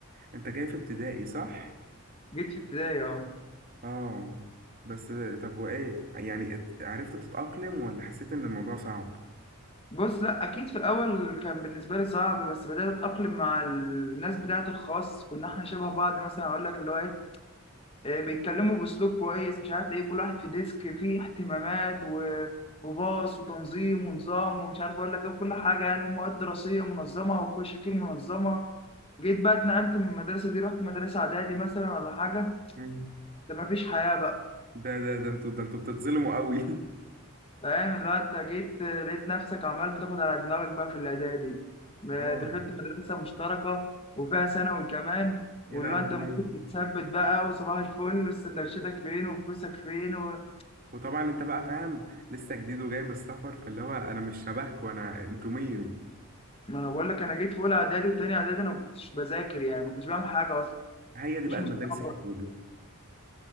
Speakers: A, on the right; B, on the left.
A: انت جاي في ابتدائي صح
B: جيت في ابتدائي اه
A: اه بس طب وايه يعني ات- عرفت تتأقلم ولا حسيت ان الموضوع صعب
B: بص لا اكيد في الاول كان بالنسبه لي صعب بس بدات اتاقلم مع الناس بتاعه الخاص كنا احنا شبه بعض مثلا اقول لك اللي هو ايه إيه، بيتكلموا باسلوب كويس مش عارف ايه كل واحد في ديسك فيه اهتمامات و- وباص وتنظيم ونظام ومش عارف اقول لك ايه وكل حاجه يعني ومواد دراسيه منظمه وكشكول منظمه جيت بقى اتنقلت من المدرسه دي رحت مدرسه اعدادي مثلا ولا حاجه
A: مم.
B: ده مفيش حياه بقى
A: ده ده ده انتوا ده انتوا بتتظلموا قوي
B: فاهم اللي هو انت جيت لقيت نفسك عمال بتاخد على دماغك بقى في الاعدادي
A: <laughs>
B: ما
A: اه
B: دخلت مدرسه مشتركه وفيها ثانوي كمان
A: يا
B: واللي
A: لهوي
B: هو انت ممكن تتثبت بقى وصباح الفل وسندوتشاتك فين وفلوسك فين و...
A: وطبعا انت بقى فاهم لسه جديد وجاي من السفر فاللي هو انا مش شبهكوا انا انتوا مين
B: ما انا بقول لك انا جيت في اولى اعدادي وتاني اعدادي انا ما كنتش بذاكر يعني ما كنتش بعمل حاجه اصلا
A: هي دي
B: مفيش
A: بقى المدارس
B: مستوى
A: الحكومي
B: برضه،